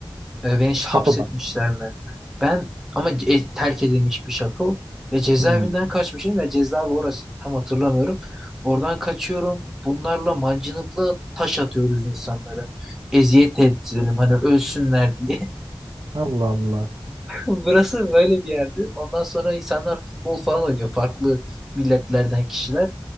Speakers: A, in the centre; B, on the right (about 60°).
A: E, beni ş-
B: Şatodan.
A: hapsetmişler mi? Ben ama e, terk edilmiş bir şato ve cezaevinden
B: Hmm.
A: kaçmışım ve cezaevi orası tam hatırlamıyorum. Oradan kaçıyorum. Bunlarla mancınıkla taş atıyoruz insanlara. Eziyet edelim hani ölsünler diye.
B: Allah Allah.
A: <laughs> Burası böyle bir yerdi. Ondan sonra insanlar futbol falan oynuyor. Farklı milletlerden kişiler.